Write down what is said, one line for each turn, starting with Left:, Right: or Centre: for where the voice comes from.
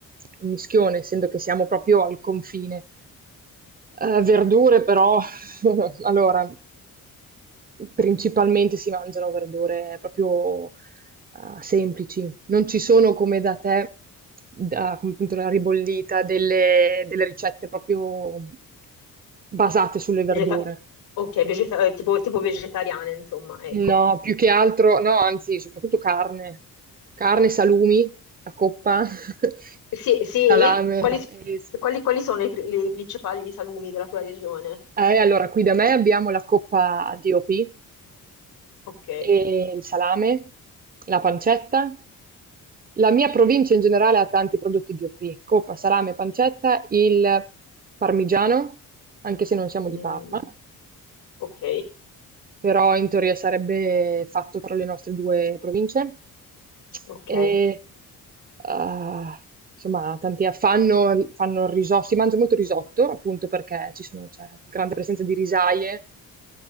Right: un mischione, essendo che siamo proprio al confine. Ehm, verdure però <laughs> allora, principalmente si mangiano verdure proprio, ehm, semplici. Non ci sono come da te, da come appunto la ribollita, delle delle ricette proprio basate sulle verdure.
Left: vegeta- ok, vegeta- eh, tipo, tipo vegetariana, insomma, ecco.
Right: No, più che altro, no, anzi, soprattutto carne, carne, salumi, a coppa, <laughs>
Left: Sì, sì?
Right: salame.
Left: Quali,
Right: Ah, eh. Eh, sì.
Left: quali- quali sono i, pri- le principali salumi della tua regione?
Right: Eh, allora, qui da me abbiamo la coppa DOP,
Left: Ok,
Right: e il salame, la pancetta. La mia provincia in generale ha tanti prodotti DOP, coppa, salame, pancetta, il parmigiano, anche se non siamo
Left: Mm,
Right: di Parma.
Left: ok,
Right: però in teoria sarebbe fatto tra le nostre due province.
Left: ok,
Right: E, ah, insomma, tanti fanno, fanno risotto, si mangia molto risotto, appunto perché ci sono, c'è grande presenza di risaie.